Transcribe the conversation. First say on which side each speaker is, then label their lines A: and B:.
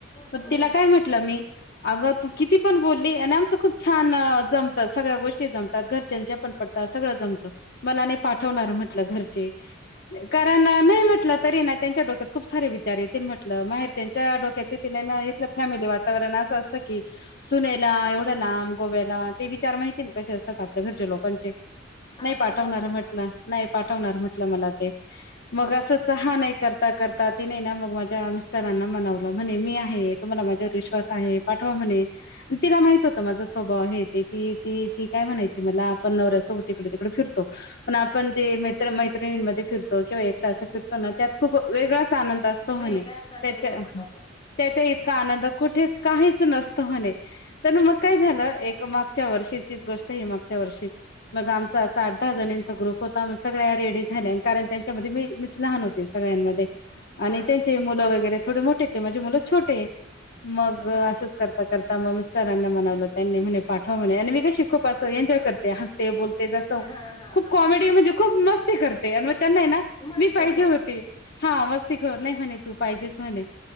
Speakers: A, on the left; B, on the left.
A: हम्म
B: पण तिला काय म्हटलं मी अगं तू किती पण बोलली आणि आमचं खूप छान जमत सगळ्या गोष्टी जमतात घरच्यांच्या पण पटतात सगळं जमत मला नी पाठवणार म्हटलं घरचे! कारण नाही म्हटलं तरी ना त्यांच्या डोक्यात खूप सारे विचार येतील म्हटलं माहि तिच्या डोक्यात ते ना इथलं फॅमिली वातावरण असं असतं की सुनेला एवढ्या लांब गोव्याला ते विचार माहिती ना कसे असतात आपल्या घरच्या लोकांचे नाही
A: अगदी
B: पाठवणार
A: बरोबर
B: म्हटलं नाही पाठवणार म्हटलं मला ते! मग असं हा नाही करता कर करतात ती नाही मग माझी तुज्या मिस्टरांना म्हणवला म्हणे मी आहे तुम्हाला माझ्यावर विश्वासवा आहे पाठवा म्हणे तिला माहित होत माझा स्वभाव आहे ते ती, ती, ती काय म्हणायची मला आपण नवऱ्यासोबत इकडं तिकडे फिरतो पण आपण जे मित्र मैत्रिणींमध्ये फिर केंव्हा एकटा अस फिरतो ना त्यात खूप वेगळाच आनंद असतो म्हणे
A: वेगळाच अनुभव
B: त्या
A: असतो
B: त्याच्या इतका आनंद क कुठे काहीच नसत म्हणे तर मग काय झालं एक मागच्या वर्षीचीच गोष्ट ह मागच्या वर्षी मग आमचा असा आठ दहा जणचा ग्रुप होता सगळ्या रेडी झाल्या कारण त्यां त्याच्या मी मीच लहान होते सगळ्यांमध्ये!
A: हा
B: आणि त्यांचे मुलं वगैरे थोडे मोठे ते म्हणजे मुलं छोटे मग
A: हा
B: असंच करता करता मग! सरांना मनवलं त्यांनी म्हणे पाठवा म म्ह आणि मी कशी खूप अस एन्जॉय करते हसते बोलते जसं
A: हा हा
B: खूप कॉमेडी
A: हा
B: म्हणजे खूप मस्ती करते आणि म त्यांना आहे.
A: मस्ती
B: मी पाहिजे
A: खोर
B: होते हा वस् नाही म्हणे तू पाहिजे म्हणे